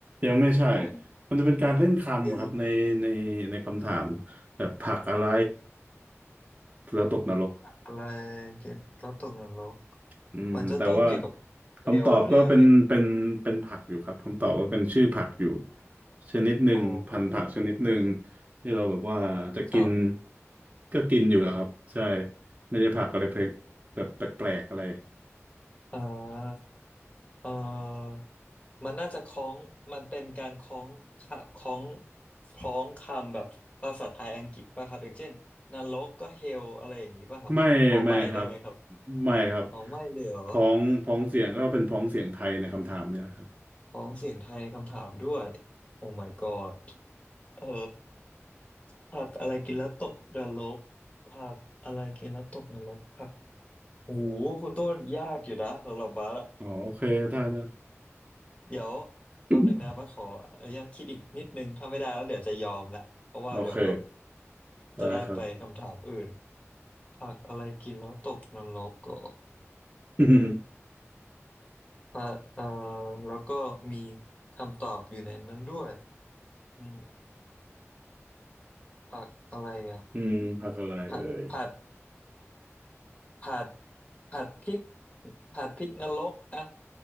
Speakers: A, on the right; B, on the left.
A: ยังไม่ใช่
B: ๆ
A: มันจะเป็นการเล่นคำครับในในในคำถามแบบผักอะไร
B: <laughs> ยัง
A: แล้วตกนรก
B: อะไรกินแล้วตกนรก
A: อืมแต่ว่า
B: มันจะต้องเกี่ยวกับเอลแน่เลยอะ
A: คำตอบก็เป็นเป็นเป็นผักอยู่ครับคำตอบก็เป็นชื่อผักอยู่ชนิดหนึ่งพันธุ์ผักชนิดหนึ่ง
B: อ๋อ
A: ที่เราแบบว่าจะกิน
B: ครับ
A: ก็กินอยู่อะครับใช่ไม่ใช่ผักอะไรแปลกแบบแปลกๆอะไร
B: อ่าเออ มันน่าจะคล้องมันเป็นการคล้องค่ะคล้องคล้องคำแบบภาษาไทยอังกฤษป่ะครับ อย่างเช่นนรกก็เฮลอะไรอย่างนี้ป่ะครับพอใบได้ไหมครับ
A: ไม่ไม่ครับไม่ครับ
B: อ๋อไม่เลยเหรอ
A: พ้องพ้องเสียงก็เป็นพ้องเสียงไทยในคำถามเนี่ยนะครับ
B: คล้องเสียงไทยในคำถามด้วยโอ้ my god เออผักอะไรกินแล้วตกนรกผักอะไรกินแล้วตกนรกผักโอ้หคุณต้นยากอยู่นะสำหรับบาสอะ
A: อ๋อโอเคได้ได้
B: เดี๋ยวแป๊บหนึ่งนะว่าขออนุญาตคิดอีกนิดนึงถ้าไม่ได้แล้วเดี๋ยวจะยอมละเพราะว่าเดี๋ยวแบบ
A: <coughs> โอเคได้ครับ
B: จะได้ไปคำถามอื่นผักอะไรกินแล้วตกนรกก็
A: <laughs>
B: เอ่อเอ่อแล้วก็มีคำตอบอยู่ในนั้นด้วยอืมผักอะไรอ่ะ
A: อืมผักอะไรเอ่ย
B: ผัดผัดผัดผัดพริกผัดพริกนรกอ่ะ